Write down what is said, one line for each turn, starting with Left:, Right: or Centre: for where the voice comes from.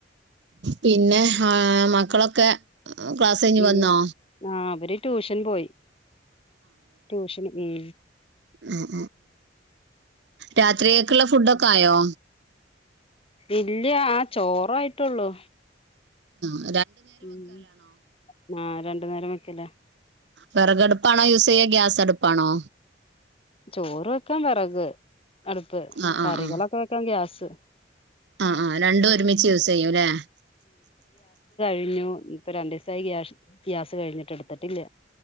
Right: പിന്നെ ആ മക്കളൊക്കെ ക്ലാസ് കയിഞ്ഞ്
Left: ഉം
Right: വന്നോ
Left: ആഹ് അവര് ട്യൂഷൻ പോയി ട്യൂഷനു ഉം
Right: ആ രാത്രിയേക്കുള്ള ഫുഡൊക്കെ ആയോ
Left: ഇല്ല അ <unintelligible> ചോറായിട്ടൊള്ളൂ
Right: ങ്ങാ
Left: ഉം ആ രണ്ട് നേരം വെക്കലാ
Right: വെറകടുപ്പാണോ യൂസ് ചെയ്യ ഗ്യാസ് അടുപ്പാണോ
Left: ചോറ് വെക്കാൻ വെറക് അടുപ്പ്
Right: ആ
Left: കറികളൊക്കെ
Right: ആ ആ
Left: വെക്കാൻ ഗ്യാസ് ത്
Right: ആ ആ രണ്ടും ഒരുമിച്ച് യൂസ് ചെയ്യൂ ല്ലെ
Left: ഴിഞ്ഞു ഇപ്പ രണ്ടിസായി ഗ്യാഷ് ഗ്യാസ് കഴിഞ്ഞിട്ട് എടുത്തിട്ടില്ല